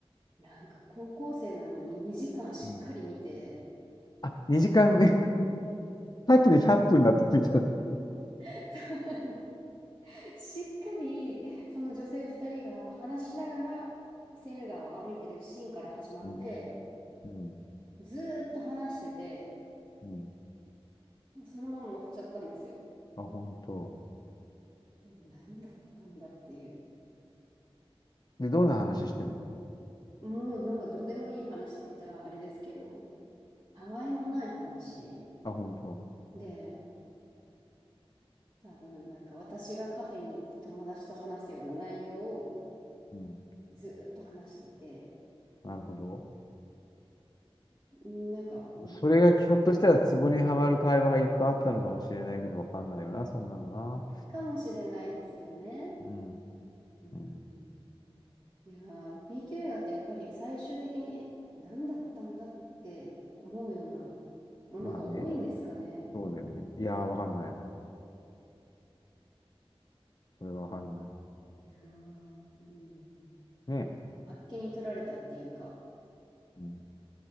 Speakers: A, on the right (about 50°); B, on the left (about 40°).
A: なんか高校生なのに2時間しっかり見て、
B: うんあ、2時間目。<laughs> さっきの100分だったみたいな。
A: <laughs> しっかりその女性2人が話しながらセーヌ川を歩いてるシーンから始まって、
B: うん。うん。
A: ずーっと話してて、
B: うん。
A: そのまま終わっちゃったんですよ。
B: あ、本当。
A: で、何だったんだっていう。
B: で、どんな話してるの
A: もうなんかどうでもいい話って言ったらあれですけど、たわいもない話
B: あ、本当。
A: で、多分なんか私がカフェに行って友達と話すような内容を
B: うん。
A: ずーっと話していて、
B: なるほど。
A: うんなんか、うん、
B: それがひょっとしたらツボにはまる会話がいっぱいあったのかもしれないけど、わかんないよな、そんなのな。
A: かもしれないですよね。
B: うん。
A: うん、
B: うん。
A: いやー、B q 映画ってやっぱり最終的に、え、何だったんだって思うようなものが多いんですかね。
B: まあね。そうだよね。いやー、わかんない。それはわかんない。
A: いやー、うん、
B: ね。
A: あっけに取られたっていうか、
B: うん。